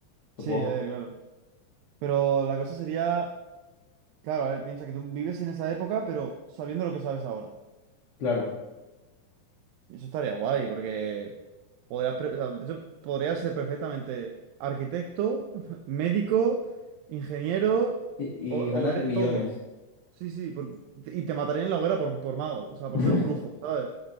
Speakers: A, on the left; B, on the right.
A: supongo,
B: Sí, a
A: que-
B: ver, claro. Pero la cosa sería, claro, a ver, piensa que tú vives en esa época, pero sabiendo lo que sabes ahora.
A: claro,
B: Eso estaría guay, porque podrías, pre- o sea, de hecho, podrías ser perfectamente arquitecto, <laughs> médico, ingeniero,
A: y,
B: o, o
A: y ganas
B: ver-
A: millones.
B: todo. Sí, sí, por- y te matarían en la hoguera por, por mago, o sea, por
A: <laughs>
B: ser un brujo, ¿sabes?